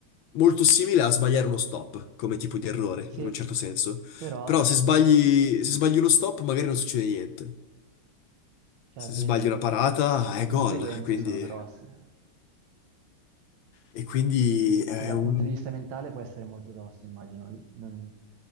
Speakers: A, on the left (about 70°); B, on the right (about 70°).
A: molto simile a sbagliare uno stop come tipo di errore,
B: sì,
A: in un certo senso.
B: però
A: Però
B: eh,
A: se sbagli, se
B: mm,
A: sbagli uno stop, magari non succede niente.
B: cioè,
A: Se
B: alla fine
A: sbagli una parata,
B: le
A: è
B: conseguenze
A: gol. Quindi,
B: sono grosse.
A: e quindi è
B: Sì, dal
A: un...
B: punto di vista mentale può essere molto tosto, immagino. Non-